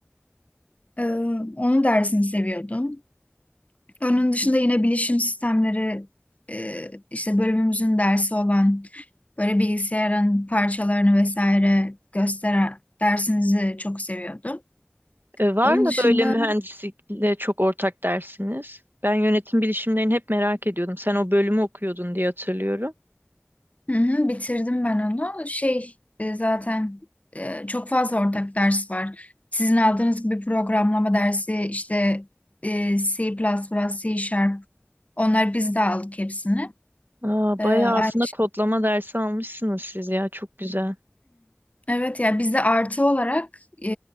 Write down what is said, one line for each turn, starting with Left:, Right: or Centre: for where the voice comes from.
Left: Ee, onun dersini seviyordum. Onun dışında yine bilişim sistemleri e, işte bölümümüzün dersi olan böyle bilgisayarın parçalarını vesaire gösteren dersinizi çok seviyordum.
Right: Ee, var
Left: Onun
Right: mı
Left: dışında
Right: böyle mühendislikle çok ortak dersiniz? Ben yönetim bilişimlerini hep merak ediyordum. Sen o bölümü okuyordun diye hatırlıyorum.
Left: Hı hı, bitirdim ben onu. Şey e, zaten e, çok fazla ortak ders var. Sizin aldığınız gibi programlama dersi işte e, C++, C Sharp onlar biz de aldık hepsini.
Right: Aa,
Left: E,
Right: bayağı
Left: aynı
Right: aslında kodlama dersi almışsınız siz ya çok güzel.
Left: Evet ya bizde artı olarak e,